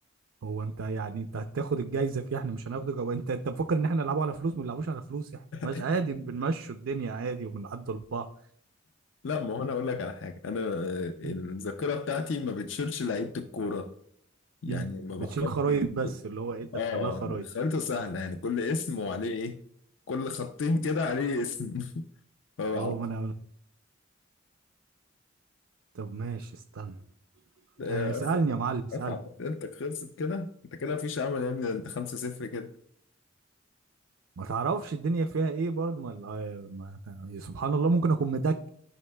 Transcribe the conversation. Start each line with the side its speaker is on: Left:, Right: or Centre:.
Right: هو انت يعني انت هتاخد الجايزة فيها احنا مش هناخده جو انت انت مفكر ان احنا نلعبه على فلوس ما نلعبوش على فلوس احنا مش
Left: <laughs>
Right: عادي بنمشوا الدنيا عادي وبنعدوا لبعض
Left: لا ما هو أنا أقول لك على حاجة أنا آه، الذاكرة
Right: أمم،
Left: بتاعتي ما بتشيلش لعيبة الكورة يعني
Right: أمم.
Left: ما بحفظش
Right: بتشيل خرايط
Left: لعيبة-
Right: بس اللي هو ايه تدخلها
Left: آه
Right: خرايط
Left: الخريطة سهلة يعني كل اسم وعليه إيه كل خطين كده عليه اسم <laughs>
Right: اه ما انا طب ماشي استنى
Left: فبعرف
Right: آه، اسألني يا معلم اسألني
Left: اتعب اسئلتك خلصت كده انت كده مفيش امل يا ابني انت خمسة صفر كده
Right: ما تعرفش الدنيا فيها ايه برضه ما ال- آه، ما تع- سبحان الله ممكن اكون مدك